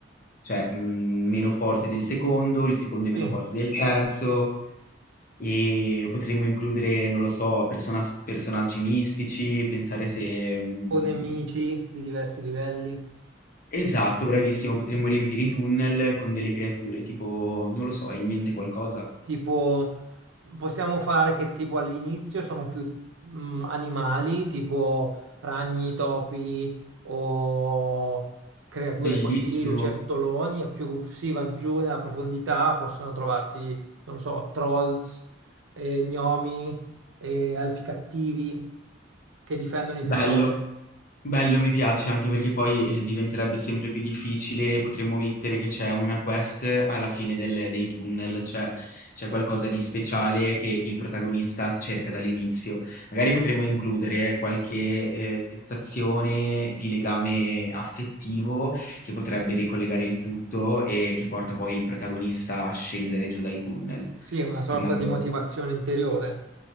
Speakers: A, on the left (about 45°); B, on the right (about 85°).
A: cioè, mm, meno forte del secondo, il secondo
B: Sì,
A: è meno forte del terzo. E potremmo includere, non lo so, personas- personaggi mistici, pensare se... mm,
B: o nemici di diversi livelli.
A: Esatto, bravissimo, potremmo riempire i tunnel con delle creature, tipo, non lo so, hai in mente qualcosa?
B: Tipo, possiamo fare che tipo all'inizio sono più mm, animali, tipo ragni, topi o creature
A: Bellissimo,
B: così, lucertoloni, e più si va giù nella profondità possono trovarsi, non lo so, trolls, eh, gnomi, eh, alfi cattivi che difendono i
A: bello.
B: tesori.
A: Bello, mi piace, anche perché poi, eh, diventerebbe sempre più difficile e potremmo mettere che c'è una quest alla fine del dei tunnel, cioè c'è qualcosa di speciale che il protagonista s cerca dall'inizio. Magari potremmo includere qualche, ehm, sensazione di legame affettivo che potrebbe ricollegare il tutto e che porta poi il protagonista a scendere giù dai tunnel,
B: Sì, è una sorta
A: in modo
B: di motivazione interiore.